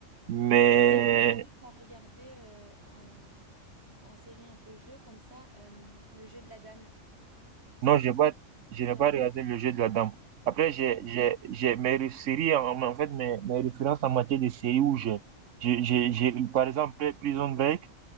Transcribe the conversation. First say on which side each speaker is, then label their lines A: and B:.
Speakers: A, on the right; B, on the right.
A: Mais
B: Et sinon, est-ce que tu as regardé euh, en, en série un peu jeu comme ça, euh, Le jeu de la dame? Tu sais,
A: Non,
B: c'est
A: j'ai
B: cette
A: pas,
B: actrice.
A: je n'ai
B: euh,
A: pas regardé le jeu de la dame. Après, j'ai,
B: c'est-
A: j'ai, j'ai mes ré- séries, en, en fait, mes, mes références en matière de séries où j'ai, j'ai, j'ai, j'ai, par exemple, Prison Break